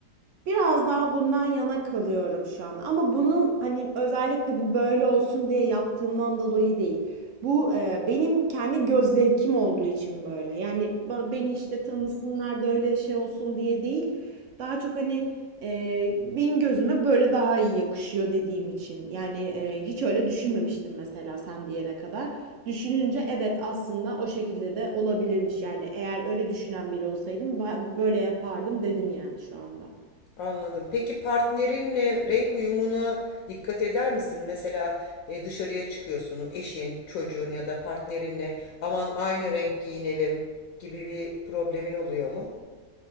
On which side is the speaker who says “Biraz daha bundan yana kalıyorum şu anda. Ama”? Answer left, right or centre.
Right